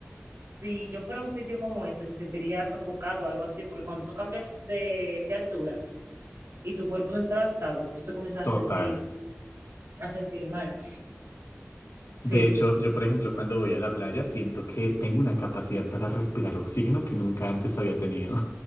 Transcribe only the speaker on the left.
Total.
De hecho, yo por ejemplo cuando voy a la playa siento que tengo una capacidad para respirar oxígeno que nunca antes había tenido.